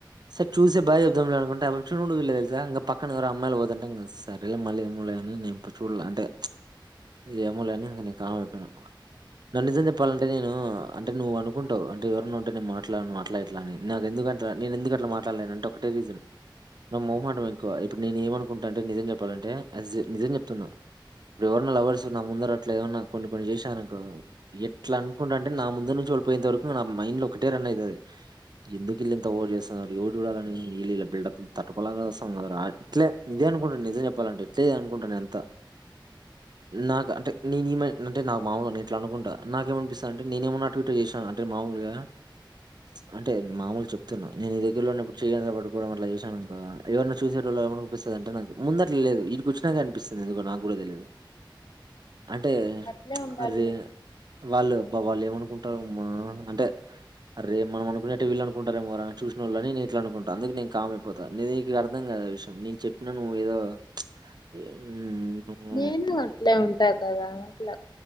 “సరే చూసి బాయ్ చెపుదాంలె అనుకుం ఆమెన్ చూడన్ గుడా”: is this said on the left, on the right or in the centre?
Right